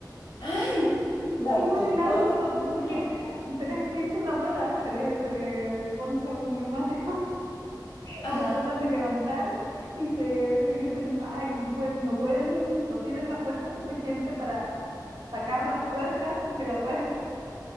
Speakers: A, on the left (about 75°); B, on the right (about 75°).
A: ¡Ay, le queman el auto!
B: Queman el
A: ¡Dios
B: auto
A: mío!
B: porque se les pincha una rueda, se les, se les poncha un neumático
A: Ajá,
B: y lo tratan de levantar y se y dicen, ay, no pueden, no pueden, no tienen la fuerza suficiente para sacar las tuercas de la rueda.